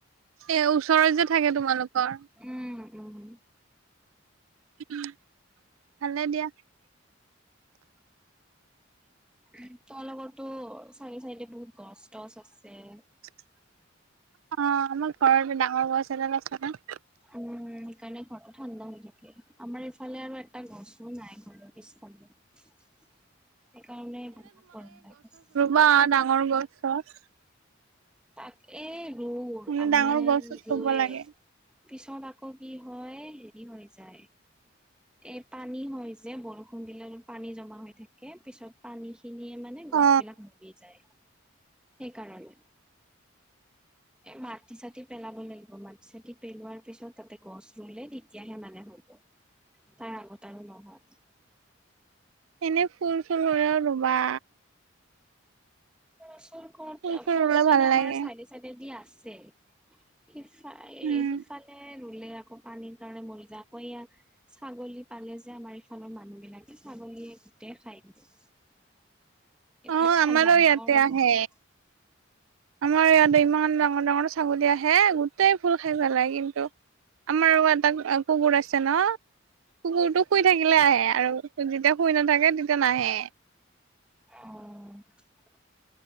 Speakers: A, on the right; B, in the centre.
A: এ, ওচৰত যে থাকে তোমালোকৰ?
B: উম-উম!
A: উম! ভালে দিয়া।
B: উম! তাৰ লগতো চাইডে-চাইডে বহুত গছ-টছ আছে।
A: অঁ! আমাৰ ঘৰতো ডাঙৰ গছ এদাল আছে নহয়।
B: <inaudible> উম! সেইকাৰণে ঘৰতো ঠাণ্ডা হৈ থাকে। আমাৰ ইফালে আৰু এটা গছো নাই ঘৰৰ পিছফালে। <unintelligible> সেইকাৰণে বহুত গৰম লাগে।
A: বা ডাঙৰ গছ-চছ।
B: তাকে দূৰ
A: মানে
B: আম্মায়ে
A: ডাঙৰ গছ চছ
B: ৰুৱে।
A: ৰুব লাগে
B: পিছত আকৌ কি হয় হেৰি হৈ যায়। এই পানী হয় যে বৰষুণ দিলে অলপ পানী জমা হৈ থাকে পিছত। পানীখিনিয়ে মানে গছবিলাক
A: অ
B: মৰি যায় সেইকাৰণে। এ মাটি-চাটি পেলাব লাগিব, মাটি-চাটি পেলোৱাৰ পিছত তাতে গছ ৰুলে তেতিয়াহে মানে হ'ব। তাৰ আগত আৰু নহয়।
A: এনেই ফুল-চুল হ'লেও ৰুবা।
B: ফুল-চুল ক'ত
A: ফুল চুল
B: ফুল-চুল
A: ৰুলে ভাল
B: এনেই আমাৰ
A: লাগে
B: চাইডে-চাইডেদি আছে। সিফা এ
A: উম
B: সিফালে ৰুলে আকৌ পানীৰ কাৰণে মৰি যায় আকৌ ইয়া ছাগলী পালে যে আমাৰ ইফালৰ মানুহ বিলাকে ছাগলীয়ে গোটেই খাই দিলে। এইটো
A: অ
B: এটা
A: আমাৰো
B: ডাঙৰ
A: ইয়াতে আহে
B: সমস্যা।
A: আমাৰ ইয়াতে ইমান ডাঙৰ-ডাঙৰ ছাগলী আহে, গোটেই ফুল খাই পেলাই কিন্তু আমাৰ এটা কুকুৰ আছে ন। কুকুৰটো শুই থাকিলে আহে আৰু। যেতিয়া শুই নাথাকে তেতিয়া নাহে।
B: অঁ!